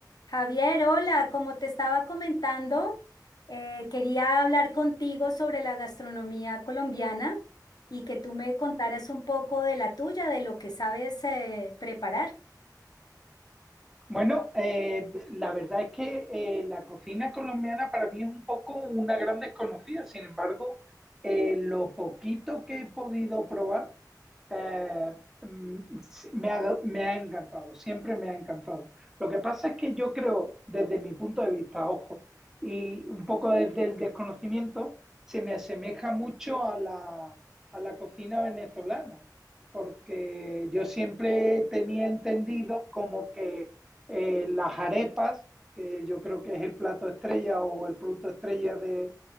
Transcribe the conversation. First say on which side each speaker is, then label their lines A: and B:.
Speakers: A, on the left; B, in the centre.
A: Javier, hola, como te estaba comentando, eh, quería hablar contigo sobre la gastronomía colombiana y que tú me contaras un poco de la tuya, de lo que sabes eh, preparar.
B: Bueno, eh, la verdad es que eh, la cocina colombiana para mí es un poco una gran desconocida. Sin embargo, eh, lo poquito que he podido probar eh, mm, sí, me, ha, me ha encantado, siempre me ha encantado. Lo que pasa es que yo creo, desde mi punto de vista, ojo, y un poco desde el desconocimiento, se me asemeja mucho a la, a la cocina venezolana, porque yo siempre tenía entendido como que eh, las arepas, que yo creo que es el plato estrella o el producto estrella de,